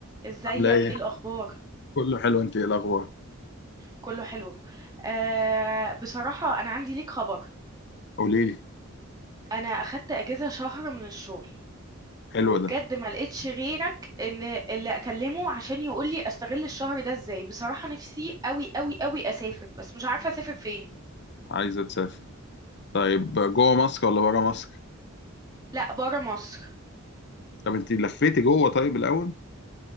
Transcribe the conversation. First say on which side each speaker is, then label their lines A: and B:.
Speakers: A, on the right; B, on the left.
A: ازيك
B: عاملة ايه؟
A: ايه الاخبار
B: كله حلو انت ايه الأخبار؟
A: كله حلو آه بصراحة انا عندي ليك خبر
B: قوليلي
A: انا اخدت اجازة شهر من الشغل
B: حلو
A: وبجد
B: ده
A: ما لقيتش غيرك ان اللي اكلمه عشان يقول لي استغل الشهر ده ازاي بصراحة نفسي قوي قوي قوي اسافر بس مش عارفة اسافر فين
B: عايزة تسافر طيب جوه مصر ولا بره مصر؟
A: لا برا مصر
B: طب انت لفيتي جوه طيب الأول؟